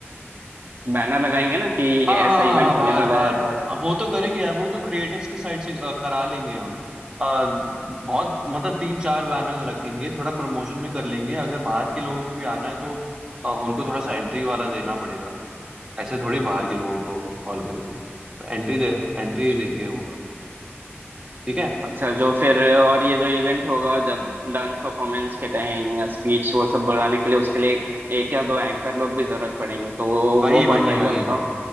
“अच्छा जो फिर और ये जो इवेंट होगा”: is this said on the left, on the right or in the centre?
Right